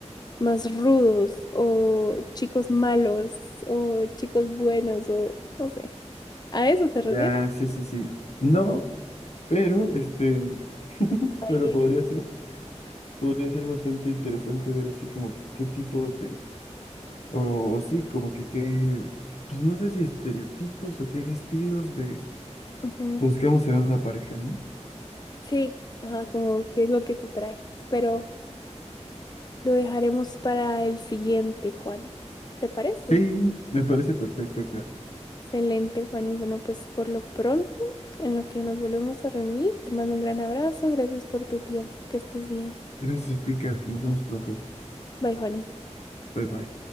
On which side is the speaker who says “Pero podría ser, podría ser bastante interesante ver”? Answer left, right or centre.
Left